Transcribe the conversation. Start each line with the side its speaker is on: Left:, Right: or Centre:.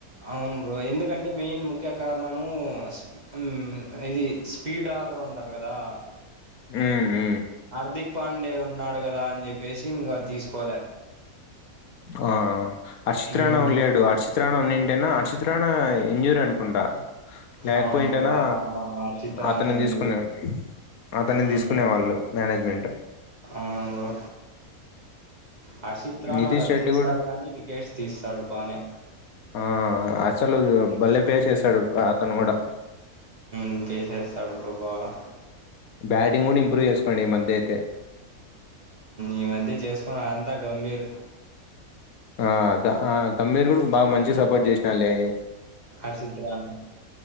Right: అవును బ్రో ఎందుకంటే మెయిన్ ముఖ్య కారణము ఉ ఆ ఇది స్పీడ్ ఆల్రౌండర్ కదా
Left: హు హు
Right: హార్దిక్ పాండే ఉన్నాడు కదా అని చెప్పేసి ఇంగ తీసుకోలే
Left: ఆ అర్షిత్ రాణ
Right: మ్,
Left: ఉడా లేడు అర్షిత్ త్రాన ఏటంన్న హర్షిత్ రాణా ఇంజూర్ అనుకుంటా లేకపోయింటేనా
Right: అవును బ్రో ఆ హర్షిత్ రాణా
Left: అతనిని
Right: ఇజూరు
Left: తీసుకునే అతనిని
Right: ఆ
Left: తీసుకునేవాళ్ళు మేనేజ్‌మెంట్.
Right: ఆ అవును బ్రో హర్షిత్ రానా
Left: నితీష్
Right: రన్స్
Left: రెడ్డి
Right: ఇస్తాడు
Left: గూడా
Right: గానీ వికెట్స్ తీస్తాడు బానే
Left: ఆ! అసలు బలే ప్లే చేసాడు అతను కూడా
Right: ఇంకేసేస్తాడు బ్రో బాగా
Left: బ్యాటింగ్ గూడా ఇంప్రూవ్ చేసుకున్నాడు ఈ మధ్యేయితే
Right: ఈ మధ్య చేసుకుని అంత అంత గంభీర్
Left: ఆ గమ్మీర్ కూడా బాగా మంచి సపోర్ట్ చేసినడులే
Right: హర్షిత్రాన